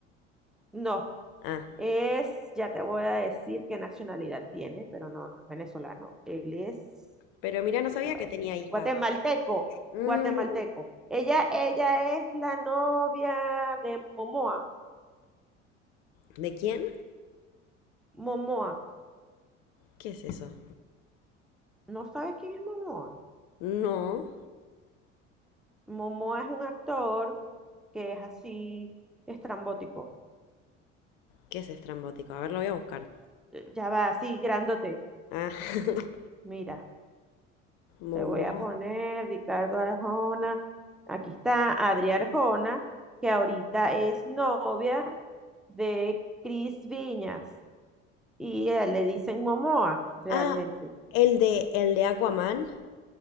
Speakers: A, in the centre; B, on the left (about 55°).
A: No,
B: Ah,
A: Es, ya te voy a decir qué nacionalidad tiene, pero no, no es venezolano. Él es,
B: pero mira, no
A: ya
B: sabía
A: te voy
B: que
A: a decir,
B: tenía hijas.
A: guatemalteco,
B: Mm,
A: guatemalteco. Ella, ella es la novia de Momoa.
B: ¿De quién?
A: Momoa,
B: ¿Qué es eso?
A: ¿no sabes quién es Momoa?
B: No.
A: Momoa es un actor que es así estrambótico,
B: ¿Qué es estrambótico? A ver, lo voy a buscar.
A: eh, ya va así, grandote.
B: Ah, <laughs>
A: Mira.
B: momo
A: Te voy a poner Ricardo Arjona. Aquí está Adri Arjona, que ahorita es novia de Cris Viñas. Y eh, le dicen Momoa, realmente.
B: Ah, el de, el de Aquaman.